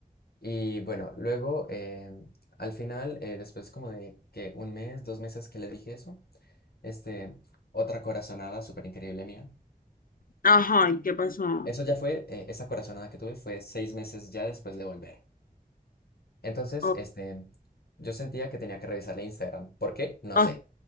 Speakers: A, on the left (about 85°); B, on the left (about 65°).
A: Y bueno, luego, eh, al final, eh, después como de que un mes, dos meses que le dije eso, este, otra corazonada súper increíble mía.
B: Ajá, ¿y qué pasó?
A: Eso ya fue, eh, esa corazonada que tuve fue seis meses ya después de volver. Entonces,
B: Oh,
A: este, yo sentía que tenía que revisarle Instagram. ¿Por qué? No
B: ah,
A: sé,